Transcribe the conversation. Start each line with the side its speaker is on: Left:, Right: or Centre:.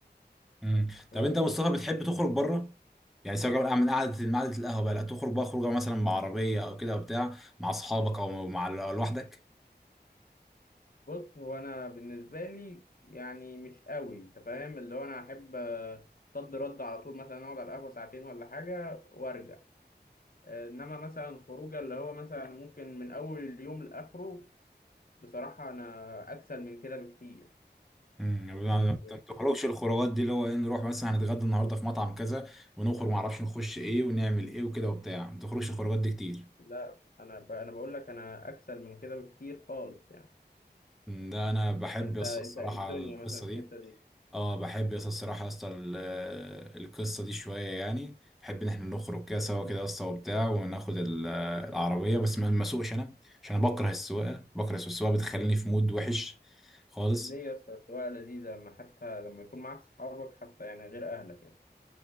Centre: مم. طب
Left: يعني
Centre: انت يا مصطفى بتحب تخرج بره يعني سواء بقى من قعده من قعده القهوه بقى لا تخرج بقى خروجه مثلا بعربيه او كده او بتاع مع اصحابك او مع أو لوحدك
Left: بص هو انا بالنسبه لي يعني مش قوي انت فاهم اللي هو انا احب آه، صد رد على طول مثلا اقعد على القهوه ساعتين ولا حاجه وارجع آه، انما مثلا خروجه اللي هو مثلا ممكن من اول اليوم لاخره بصراحه انا اكسل من كده بكتير
Centre: امم ما
Left: مش
Centre: بتخرجش الخروجات دي اللي هو ايه نروح مثلا هنتغدى النهارده في مطعم كذا ونخرج معرفش نخش ايه ونعمل ايه وكده وبتاع ما بتخرجش الخروجات دي كتير
Left: لا انا ب... انا بقول لك انا اكسل من كده بكتير خالص يعني
Centre: مم، ده انا بحب
Left: انت انت
Centre: الص- الصراحه
Left: إيه الدنيا
Centre: القصه
Left: مثلا في
Centre: دي
Left: الحته دي
Centre: اه بحب يس الصراحة يا اسطى ال- القصة دي شوية يعني بحب ان احنا نخرج كده سوا
Left: مم.
Centre: كده يا اسطى وبتاع وناخد ال- العربية بس ما ما اسوقش انا عشان انا بكره السواقة بكره السواقة بتخليني في مود وحش خالص
Left: ليه يا اسطى السواقه لذيذه لما حتى لما يكون معاك صحابك حتى يعني غير اهلك يعني